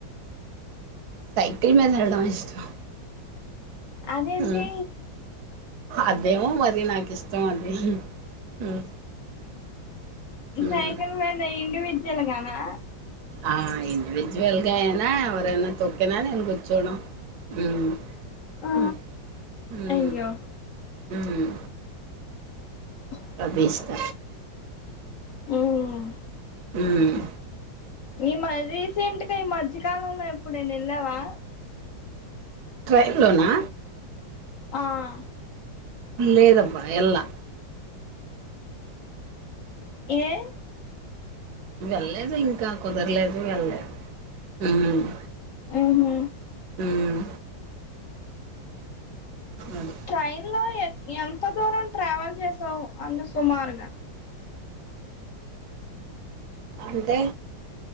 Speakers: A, on the right; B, on the left.
A: సైకిల్ మీద వెల్లడం ఇష్టం
B: అదేంటి
A: హ్మ్ అదేమో మరి నాకు ఇష్టం అది హ్మ్ హ్మ్
B: సైకిల్ మీద ఇండివిజువల్ గానా
A: ఆ ఇడివిజువల్గాయనా ఎవరైన తొక్కిన నేను కూచోడం హ్మ్
B: ఆ
A: హు హు
B: అయ్యో
A: హ్మ్
B: హు
A: అది ఇష్ట
B: హ్మ్
A: హ్మ్
B: ఈ మ రీసెంట్గా ఈ మధ్యకాలంలో ఎప్పుడు నేను వెళ్ళావా
A: ట్రైన్లోనా
B: ఆహ్
A: లేదబ్బా ఎల్లా
B: ఏ
A: వెళ్లేదు ఇంకా కుదరలేదు వెళ్లేదు ఉహ్
B: ఉహు
A: ఉహ్ అవునని
B: ట్రైన్ లో ఎ ఎంత దూరం ట్రావెల్ చేసావు అందు సుమారుగా
A: అంటే